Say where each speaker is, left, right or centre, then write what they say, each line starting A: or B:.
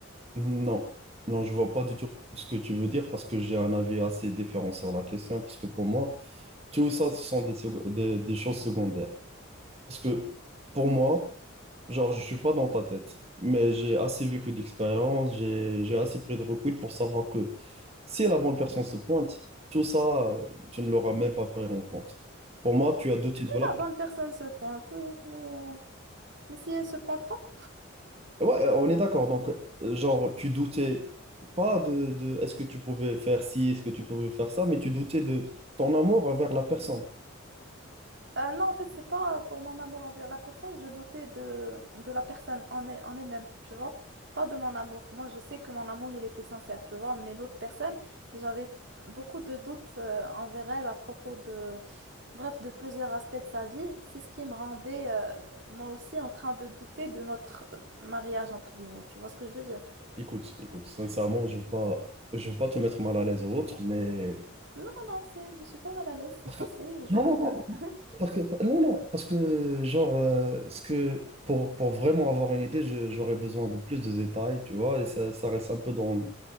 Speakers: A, on the right (about 30°); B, on the right (about 55°).
A: Non, non, je vois pas du tout ce que tu veux dire parce que j'ai un avis assez différent sur la question parce que pour moi, tout ça, ce sont des, sec- des, des choses secondaires. Parce que pour moi, genre, je suis pas dans ta tête, mais j'ai assez vécu d'expérience, j'ai, j'ai assez pris de recul pour savoir que si la bonne personne se pointe, tout ça, euh, tu ne l'auras même pas pris en compte. Pour moi, tu as douté de là
B: La bonne personne se pointe, oui, mais euh, mais si elle se pointe pas.
A: Ouais, on est d'accord. Donc, euh, genre, tu doutais pas de, de est-ce que tu pouvais faire ci, est-ce que tu pouvais faire ça, mais tu doutais de ton amour envers la personne.
B: Euh, non, en fait, c'est pas pour mon amour envers la personne, je doutais de, de la personne en, elle- en elle-même, tu vois, pas de mon amour. Moi, je sais que mon amour, il était sincère, tu vois, mais l'autre personne, j'avais beaucoup de doutes euh, envers elle à propos de, bref, de plusieurs aspects de sa vie. C'est ce qui me rendait, euh, moi aussi, en train de douter de notre euh, mariage, entre guillemets, tu vois ce que je veux dire?
A: Écoute, écoute, sincèrement, je veux pas, je veux pas te mettre mal à l'aise ou autre, mais
B: Non, non, non, c'est, je suis pas mal à l'aise, c'est
A: parce
B: passé
A: que
B: et je
A: non,
B: vais bien.
A: non, non,
B: <laughs>
A: parce que non, non, parce que genre, euh, ce que pour pour vraiment avoir une idée, je- j'aurais besoin de plus de détails, tu vois, et ça, ça reste un peu dans